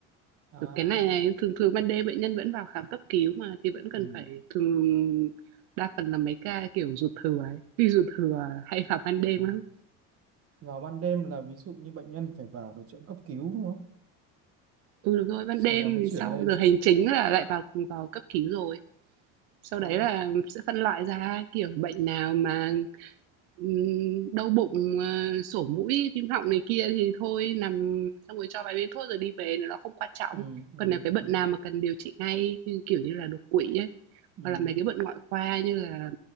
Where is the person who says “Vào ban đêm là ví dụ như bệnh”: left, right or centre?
Right